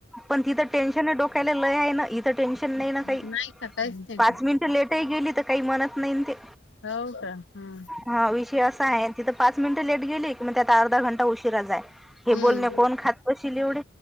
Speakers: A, in the centre; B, on the left.
A: पण तिथं टेन्शन आहे डोक्याला लय आहे ना, इथं टेन्शन नाही ना काही
B: नाही का काहीच नाही
A: पाच
B: का
A: मिनिटं. लेट ही गेली तर, काही म्हणत नाही ते.
B: हो का, हम्म
A: हा विषय असा आहे. तिथं पाच मिनिटं लेट गेली की मग म्हणत्यात अर्धा घंटा उशिरा जाय. हे
B: हम्म
A: बोलणे कोण खात बशील येवड.